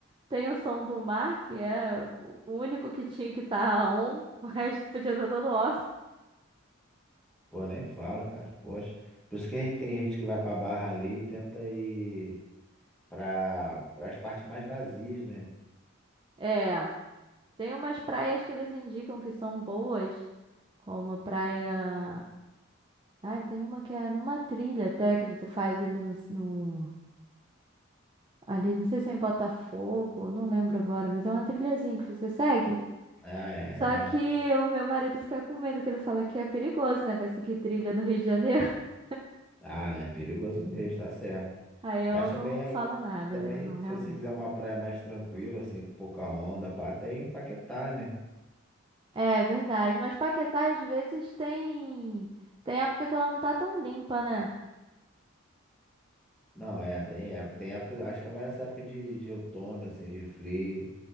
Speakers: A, on the right; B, in the centre.
A: Tem o som do mar, que é o único que tinha que estar on, <laughs> o resto podia estar todo off.
B: Pô, nem fala, cara. Poxa. Por isso que a gente- tem gente que vai pra Barra ali e tenta ir pra, pras partes mais vazias, né?
A: É, tem umas praias que eles indicam que são boas, como a praia. Ai, tem uma que é numa trilha até que você faz ali no, no- Ali, não sei se é em Botafogo, não lembro agora, mas é uma trilhazinha que você segue.
B: Ah, é,
A: Só que
B: é.
A: o meu marido fica com medo, que ele fala que é perigoso, né? Vai seguir trilha no Rio de Janeiro. <laughs>
B: Ah, é perigoso mesmo, tá certo.
A: Aí eu
B: Mas também
A: não
B: aí,
A: falo nada,
B: também,
A: né? Não,
B: se
A: realmente.
B: você quiser uma praia mais tranquila, assim, com pouca onda, pá, até em Paquetá, né?
A: É verdade, mas Paquetá às vezes tem tem época que ela não tá tão limpa, né?
B: Não, é, tem época. Tem época, acho que é mais essa época de, de outono, assim, de frio.